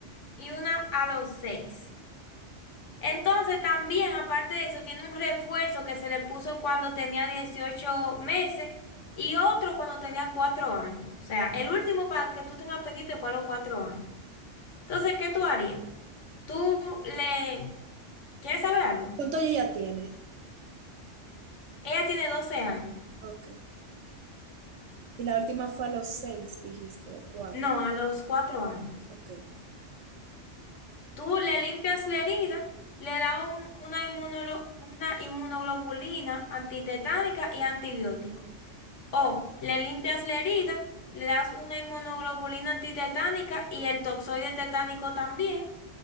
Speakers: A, on the left (about 80°); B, on the right (about 75°).
A: y una a los seis. Entonces, también, aparte de eso, tiene un refuerzo que se le puso cuando tenía 18 meses y otro cuando tenía cuatro años. O sea, el último para que tú tengas pendiente fue a los cuatro años. Entonces, ¿qué tú harías? Tú le... ¿Quieres saber algo?
B: ¿Cuánto ella ya tiene?
A: Ella tiene 12 años.
B: Ok. Y la última fue a los seis, dijiste, o cuatro.
A: No, a los 4 años.
B: Ok.
A: Tú le limpias la herida, le das un- una, inmunolo- una inmunoglobulina antitetánica y antibiótico. O le limpias la herida, le das una inmunoglobulina antitetánica y el toxoide tetánico también.